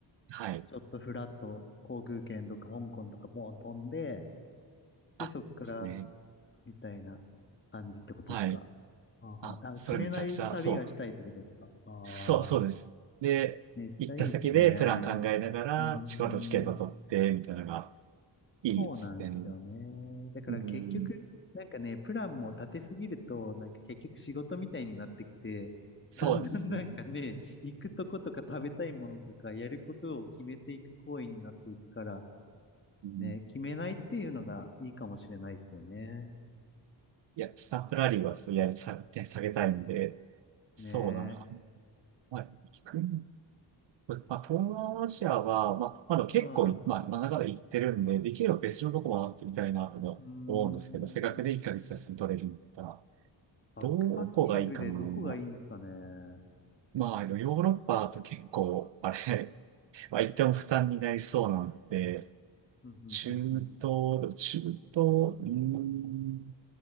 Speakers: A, on the right; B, on the left.
A: はい。
B: ちょっとフラッと航空券とか香港とかボーン飛んで、で、
A: あ、
B: そっから
A: ですね。
B: みたいな感じってことですか。
A: はい。
B: あーはー、
A: あ、それめちゃくちゃ、
B: あ、決めない旅がしたいってことですか。
A: そう。
B: あ
A: そう、そうです。
B: あ、
A: で、
B: めっちゃいいっすね。
A: 行った先でプラン考えながら、
B: うーん、
A: チケットチケット取って、みたいなのが
B: そうなんですよね。
A: いいですね。
B: だから結局、
A: うん、
B: なんかね、プランも立てすぎると、なんか結局仕事みたいになってきて、
A: そうですね。
B: だんだん <laughs> なんかね、行くとことか食べたいものとかやることを決めていく行為になっていくから、
A: うん、
B: ね、決めないっていうのがいいかもしれないですよね。
A: いや、スタンプラリーはちょっとやり下げ、下げたいんで、そうだな。
B: ね。
A: まあ、行く、まあ、東南アジアは、まあ、まだ結構、
B: はい。う
A: まあ、まあ長々行ってるんで、できれば別のとこ回ってみたいなと思うんですけど、
B: ーん。
A: せっかくで1ヶ月休み取れるんだったら、
B: バックパッキングでどこがいいんですかね。
A: どこがいいかな。
B: うん、
A: まあ、ヨーロッパと結構、あれ、まあ、言っても負担になりそうなんで、
B: うん、うん、
A: 中東、
B: うん。
A: でも中東、うーん、